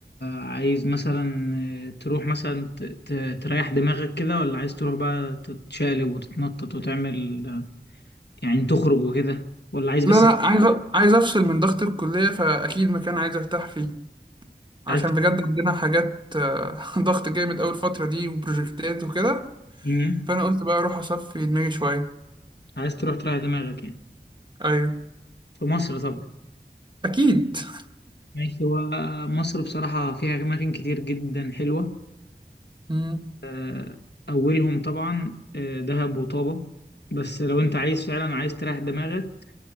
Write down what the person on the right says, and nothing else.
لا لا عايز أ- عايز افصل من ضغط الكليه فاكيد مكان عايز ارتاح فيه عشان
بجد عندنا حاجات آه، <laughs> ضغط جامد أوي الفترة دي وبروجكتات وكده
فانا قلت بقى اروح اصفي دماغي شويه
ايوه
اكيد <laughs>
مم،